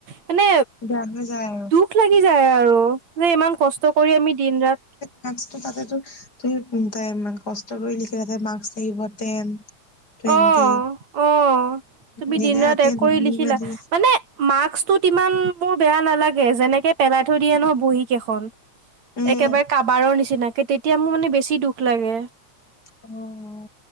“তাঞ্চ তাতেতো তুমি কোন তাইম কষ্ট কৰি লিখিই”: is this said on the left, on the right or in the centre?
Left